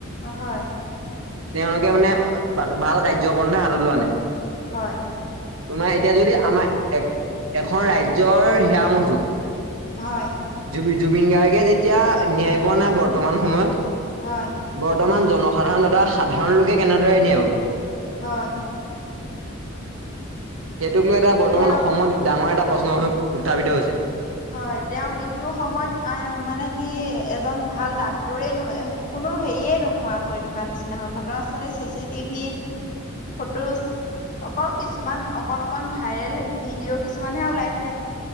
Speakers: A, on the left (about 40°); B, on the right (about 75°).
A: অ' হয়।
B: তেওঁলোকে মানে ভাল কাৰ্যপন্থা হাতত লোৱা নাই।
A: হয়।
B: তোমাৰ এতিয়া যদি আমাৰ এখন ৰাজ্যৰ হিয়াৰ আমঠো।
A: হয়।
B: জুব জুবিন গাৰ্গে যেতিয়া ন্যায় পোৱা নাই বৰ্তমান সময়ত।
A: হয়।
B: বৰ্তমান জনসাধাৰণ তথা সাধাৰণ লোকে কেনেদৰে ন্যায় পাব?
A: হয়।
B: সেইটোক লৈ এটা বৰ্তমান
A: তেওঁ
B: অসমত ডাঙৰ এটা প্ৰশ্ন হৈ উত্থাপিত হৈছে।
A: হয় তেওঁৰ মৃত্যুৰ সময়ত আ মানে কি এজন ভাল ডাক্তৰে নো কোনো হেৰিয়ে নোহোৱা হৈ থকা নিচিনা হয় ঘটনাস্থলী চি চি টিভি ফটোজ অকল কিছুমান অকন অকন কন ভাইৰেল ভিডিঅ' কিছুমানহে ওলাইছে।